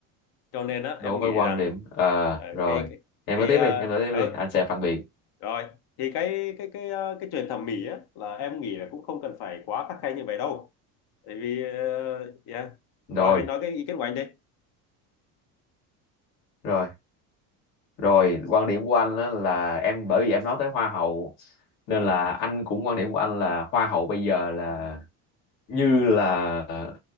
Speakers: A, on the left (about 60°); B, on the left (about 80°).
A: cho nên á
B: đối
A: em
B: với
A: nghĩ
B: quan
A: rằng
B: điểm à,
A: ờ,
B: rồi
A: cái cái,
B: em
A: cái
B: cứ tiếp
A: ờ,
B: đi em nói tiếp
A: ừ,
B: đi anh sẽ phản biện
A: rồi thì cái cái cái ờ, cái chuyện thẩm mỹ á là em nghĩ là cũng không cần phải quá khắt khe như vậy đâu tại vì ờ, yeah.
B: rồi
A: rồi anh nói cái ý kiến của anh đi
B: rồi rồi quan điểm của anh á là em bởi vì em nói tới hoa hậu nên
A: ừ.
B: là anh cũng quan điểm của anh là hoa hậu bây giờ là như là ờ,